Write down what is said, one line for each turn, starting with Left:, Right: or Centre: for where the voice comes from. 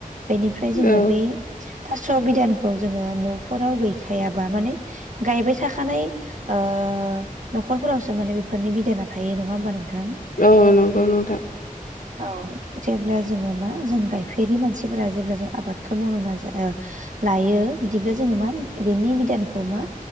Right: बेनिफ्राय जोङो
Left: औ
Right: बै थास' बिधानखौ जोङो न'फोराव गैखायाबा माने गायबाय थाखानाय ओ न'खरफोरावसो माने बेफोरनि बिदाना थायो नङा होमबा नोंथां।
Left: औ नंगौ नोंथां।
Right: <inaudible> औ जेब्ला जोङो मा जों गायफेरि मानसिफोरा जेब्ला जों आबादखौ मावनो नाजा ओ लायो बिदिब्ला जोङो मा बेनि बिधानखौ मा